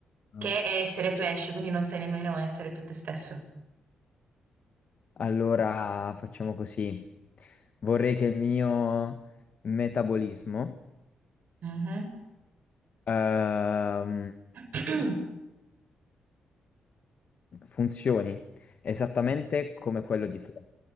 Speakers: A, on the left; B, on the right.
A: Ah,
B: che è essere Flash, quindi non sai nemmeno essere più te stesso.
A: Allora facciamo così. Vorrei che il mio metabolismo
B: Mhm.
A: ehm,
B: <clears throat>
A: funzioni esattamente come quello di Flash.